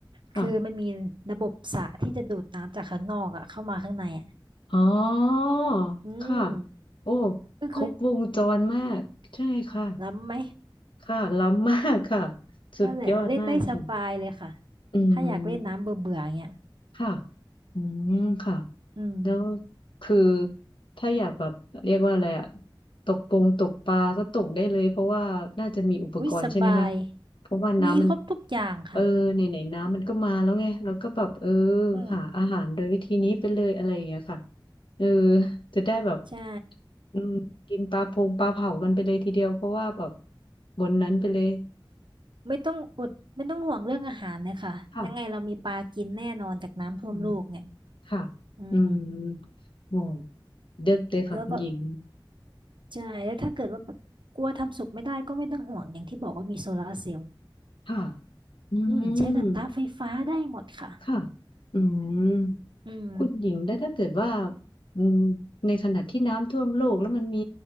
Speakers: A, on the left; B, on the right.
A: ค่ะ
B: คือมันมีระบบสระที่จะดูดน้ำจากข้างนอกอะเข้ามาข้างในอะ
A: อ๋อ
B: อืม
A: ค่ะโอ้
B: ก็คือ
A: ครบวงจรมาก ใช่ค่ะ
B: ล้ำไหม
A: ค่ะ ล้ำมากค่ะ สุดยอดมากค่ะ
B: นั่นแหละเล่นได้สบายเลยค่ะ
A: อืม
B: ถ้าอยากเล่นน้ำเบื่อเบื่อเงี้ย
A: ค่ะอืมค่ะ
B: อืม
A: แล้วคือถ้าอยากแบบเรียกว่าอะไรอะตกปงตกปลาก็ตกได้เลยเพราะว่าน่าจะมีอุปกรณ์ใช่ไหมคะ
B: อุ้ยสบาย
A: เพราะว่าน้ำมัน
B: มีครบทุกอย่างค่ะ
A: เออไหนไหนน้ำมันก็มาแล้วไงเราก็แบบเออ
B: อืม
A: หาอาหารโดยวิธีนี้ไปเลยอะไรอย่างเงี้ยค่ะเออจะได้แบบ
B: ใช่
A: อืมกินปลาพงปลาเผากันไปเลยทีเดียวเพราะว่าแบบบนนั้นไปเลย
B: ไม่ต้องอดไม่ต้องห่วงเรื่องอาหารเลยค่ะยังไงเรามีปลากินแน่นอนจากน้ำท่วมโลกเนี่ย
A: <laughs> ค่ะอืมค่ะ
B: อืม
A: อืมโอ้เด็ดเลยค่ะคุณหญิง
B: แล้วก็ใช่แล้วถ้าเกิดว่าแบบกลัวทำสุกไม่ได้ก็ไม่ต้องห่วงอย่างที่บอกว่ามีโซลาร์เซลล์
A: ค่ะอื
B: อืมใช้กระทะไฟฟ้าได้หมดค่ะ
A: มค่ะอืม
B: อืม
A: คุณหญิงแล้วถ้าเกิดว่าอืมในขณะที่น้ำท่วมโลกแล้วมันมี